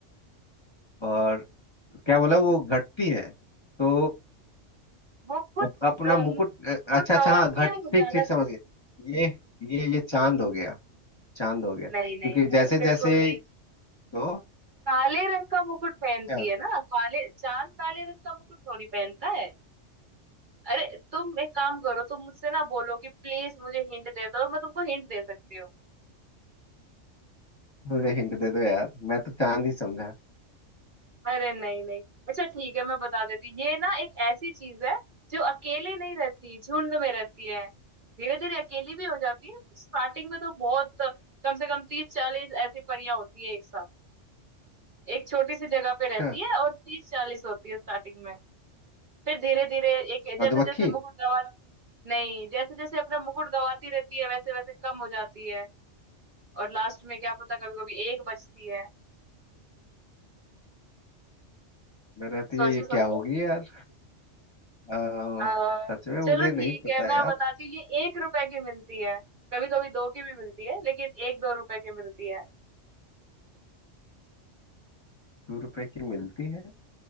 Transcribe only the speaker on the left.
और क्या बोला वो घटती है तो
अप- अपना
मुकुट
अ, अच्छा अच्छा
हाँ घट
ठीक ठीक समझ गए ये ये ये चांद हो गया चांद हो गया
क्योंकि
जैसे
जैसे
तो
क्या
मुझे हिंट दे दो यार मैं तो चांद ही समझा
अच्छा
मधुमक्खी
मैं रहती
है ये क्या
होगी यार अ,
सच में
मुझे नहीं
पता
यार
दो रुपए की मिलती है